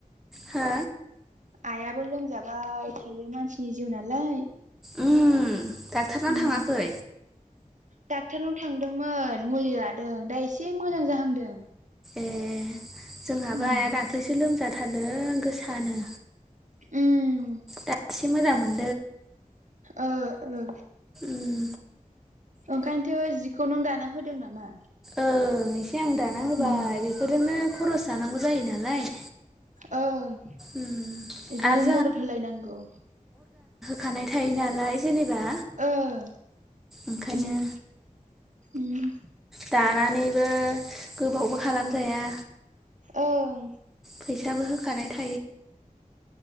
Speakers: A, in the centre; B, on the right.
A: हो
B: आइयाबो लोमजाबाय थायो मानसिनि जिउ नालाय।
A: उम डाक्टारनाव
B: उम
A: थाङाखै?
B: डाक्टारनाव थांदोंमोन मुलि लादों दा एसे मोजां जाहांदों।
A: ए जोंहाबो
B: उम
A: आइया दाख्लैसो लोमजाथारदों गोसा नो
B: उम
A: दा एसे मोजां मोन
B: ओ ओ
A: उम
B: ओंखायनोथ' जिखौ नों दाना होदों नामा?
A: ओं एसे आं दाना होबाय
B: उम
A: बेफोरजोंनो खरस जानांगौ जायो नालाय।
B: ओं
A: उम
B: बिदिनो
A: आरो
B: मदद होलायनांगौ।
A: खानाय थायो नालाय जेनेबा
B: ओं
A: ओंखायनो
B: उम उम
A: दानानैबो गोबावबो खालामजाया
B: ओं
A: फैसाबो होखानाय था